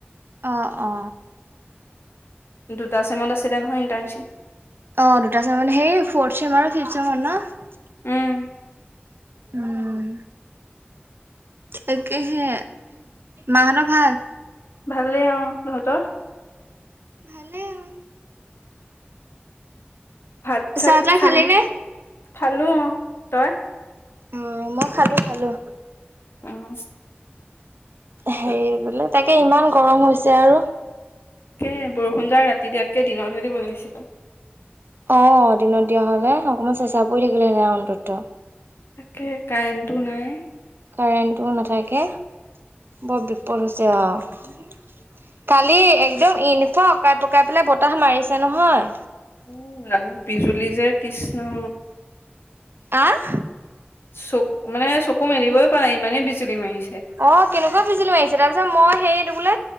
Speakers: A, on the right; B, on the left.
A: অ', অ'।
B: দুটা চেমত আছিলে নহয় ইণ্টাৰ্ণশ্বিপ।
A: অ' দুটা চেমত, সেই ফৌৰ্থ চেম আৰু ফিফ চেমত ন'?
B: উম
A: উম। তাকেহে। মাহঁতৰ ভাল?
B: ভালেই অ'। তহঁতৰ?
A: ভালে আৰু।
B: ভাত চাত
A: চাহ তাহ
B: খালি,
A: নে?
B: খালো অ' তই?
A: অ' মই খালো খালো।
B: অ'।
A: হেই বোলে তাকে ইমান গৰম হৈছে আৰু।
B: তাকে বৰষুণ যাক ৰাতি দিয়াতকে দিনত হে দিব লাগিছিলে।
A: অ' দিনত দিয়া হ'লে অকমান চেচা পৰি থাকিলেহেঁতেন অন্তত্ব।
B: তাকে কাৰেণ্টো নাই।
A: কাৰেণ্টোও নাথাকে বৰ বিপদ হৈছে আৰু। কালি একদম এনেকুৱা অকাই পকাই পেলাই বতাহ মাৰিছে নহয়।
B: উম, ৰাঙী বিজুলী যে কৃষ্ণ।
A: আহ
B: চক মানে চকু মেলিবই পাৰা নাই মানে ইমানেই বিজুলী মাৰিছে।
A: অ' কেনেকুৱা বিজুলী মাৰিছে তাৰ পিছত মই সেই বোলে